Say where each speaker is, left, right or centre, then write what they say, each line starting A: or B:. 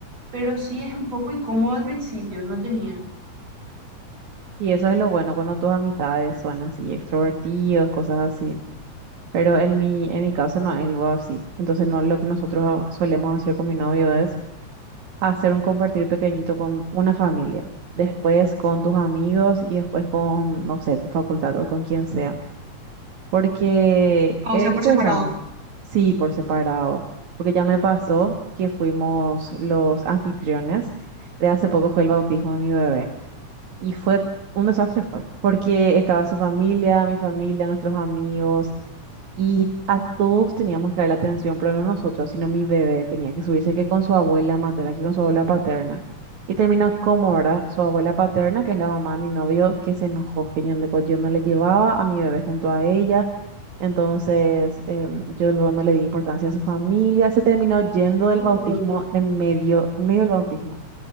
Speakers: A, on the right (about 55°); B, on the right (about 70°).
A: pero sí es un poco incómodo al principio, no te niego.
B: Y eso es lo bueno cuando tus amistades son así, extrovertidos, cosas así. Pero en mi, en mi caso no es algo así. Entonces, no, lo que nosotros solemos hacer con mi novio es hacer un compartir pequeñito con una familia, después con tus amigos y después con, no sé, tu facultad o con quien sea, porque
A: Ah,
B: es
A: o sea, por
B: estresante,
A: separado.
B: sí, por separado, porque ya me pasó que fuimos los anfitriones, de hace poco fue el bautismo de mi bebé y fue un desastre, fue, porque estaba su familia, mi familia, nuestros amigos. Y a todos teníamos que dar la atención, pero no nosotros, sino mi bebé. Tenía que subirse que con su abuela materna, que con su abuela paterna. Y terminó como, ¿verdad? Su abuela paterna, que es la mamá de mi novio, que se enojó, que yo, no- yo no le llevaba a mi bebé junto a ella. Entonces, em, yo luego no le di importancia a su familia. Se terminó yendo del
A: Ay,
B: bautismo
A: Dios mío,
B: en medio, en medio del bautismo.